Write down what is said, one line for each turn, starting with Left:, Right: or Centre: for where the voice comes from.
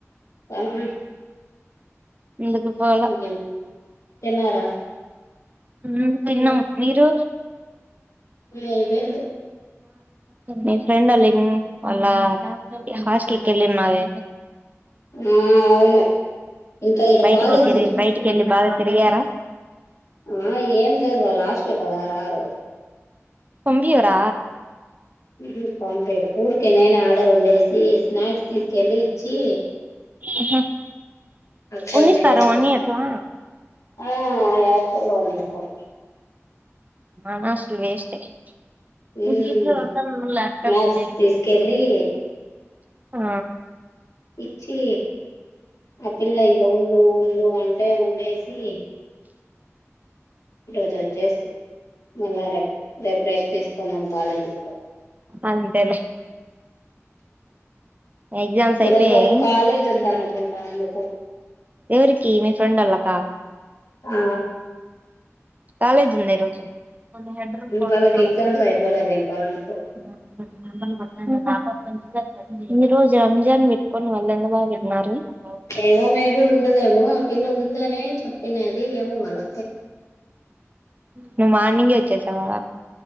Left: అవి
Right: ఎందుకు పోలా
Left: ఇంకేం తిన్నారా?
Right: ఉమ్ తిన్నం, మీరు?
Left: ఆ, అయిపోయింది
Right: నీ ఫ్రెండ్ లిం వాళ్లా హాస్టెల్కి కెల్లినావే
Left: ఆ అవును ఇంకా ఈడ
Right: బయటికి
Left: బాలేదు
Right: కెరీర్ బయటికి వెళ్ళి బాగా తిరిగి కార
Left: ఉమ్ ఏం లేదు వాళ్ళ హాస్టల్ కదా రారు.
Right: పంపీవరా
Left: మ్మ్ హు పంపీరు ఊరికే నేనే ఆడే ఉండేసి స్నాక్స్ తీసుకెళ్ళి ఇచ్చి
Right: ఉ హ్మ్
Left: అక్కడే
Right: ఉన్నిస్తారా
Left: ఉండేసి
Right: అవన్నీ
Left: వచ్చిన
Right: అట్లా
Left: ఆ యాస్టల్లో ఉన్నిస్తారు
Right: మనా ఆస్టలు వేస్టే <unintelligible>
Left: ఉమ్
Right: ల్యాప్టాప్
Left: స్నాక్స్
Right: ఉంటే <unintelligible>
Left: తీసుకెళ్ళి
Right: ఆ
Left: ఇచ్చి ఆ పిల్ల ఇంక ఉండు ఉండు అంటే ఉండేసి ఈరోజు వచ్చేసి మళ్ళా రేప్ రేపు రెస్ట్ తీసుకుందం కాలేజు
Right: అంతేలే ఎగ్జామ్స్
Left: ఈ
Right: అయిపోయాయి
Left: రోజు వాళ్ళక్ కాలేజ్ ఉంది అనుకుంటా అందుకు
Right: ఎవరికి మీ ఫ్రెండ్ ఆళ్ళ కా
Left: ఆ
Right: కాలేజ్ ఉందా ఈ రోజు <unintelligible>
Left: వాళ్ళకి ఎగ్జామ్స్ అయిపోలేదు ఇంకా అందుకు
Right: <unintelligible> ఈ రోజు రంజాన్ పెట్టుకొని వాళ్ళు <unintelligible>
Left: ఏమో మేబీ ఉండదేమో ఆ పిల్ల ఉందని చెప్పినది ఏమో మళ్ళా
Right: నువ్వు మార్నింగే వచ్చేసావా